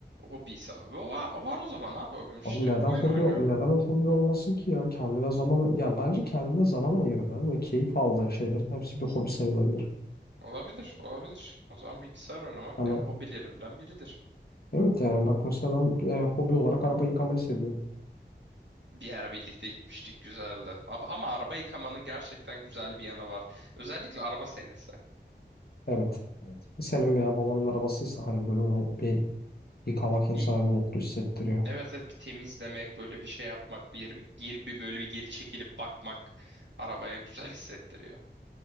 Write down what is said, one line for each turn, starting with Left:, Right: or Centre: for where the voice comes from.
Right: Hobisi abi. O var, o var o zaman abi hobim işte.
Left: Abi neden
Right: Oyun
Left: hobi
Right: oynuyorum.
Left: neden o hobi olmasın ki ya kendine zaman ya bence kendine zaman ayırdığın ve keyif aldığın şeylerin hepsi bir hobi sayılabilir.
Right: Olabilir, olabilir. O zaman bilgisayar oynamak
Left: Hani
Right: benim hobilerimden biridir.
Left: evet yani bak mesela ben e, hobi olarak araba yıkamayı seviyorum.
Right: Bir ara birlikte gitmiştik güzeldi. Ama, ama araba yıkamanın gerçekten güzel bir yanı var. Özellikle araba senesi.
Left: Evet. Evet. Senin veya babanın arabasıysa hani böyle onu bir yıkamak insanı
Right: Bir
Left: bir mutlu hissettiriyor.
Right: evet evet bir temizlemek, böyle bir şey yapmak, bir yeri bir geri bir böyle bir geri çekilip bakmak arabaya güzel hissettiriyor.